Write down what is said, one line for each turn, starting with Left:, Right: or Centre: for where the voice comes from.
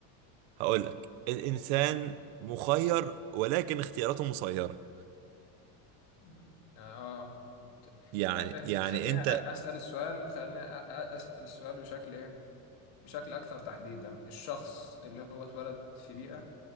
Right: هقول لك الانسان
Left: مم.
Right: مخير ولكن اختياراته مسيرة
Left: مم. اه ت-
Right: يعني
Left: آه،
Right: يعني
Left: آه، خلينا
Right: انت
Left: أ- اسال السؤال خلينا أ- أ- اسال السؤال بشكل ايه بشكل أكثر تحديدا الشخص اللي هو اتولد في بيئة